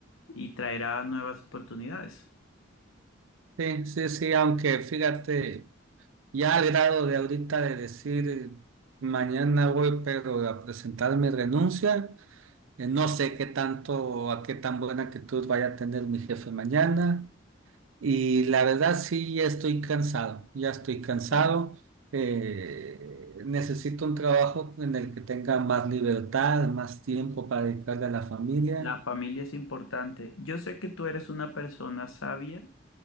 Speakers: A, on the left (about 90°); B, on the right (about 80°).
A: y traerá nuevas oportunidades.
B: Sí, sí, sí, aunque fíjate, ya al grado de ahorita de decir, eh, mañana voy, pero a presentar mi renuncia. Eh, No sé qué tanto, a qué tan buena actitud vaya a tener mi jefe mañana. Y la verdad sí, ya estoy cansado, ya estoy cansado.
A: Sí.
B: Eh, necesito un trabajo en el que tenga más libertad, más tiempo para dedicarle a la familia.
A: La familia es importante. Yo sé que tú eres una persona sabia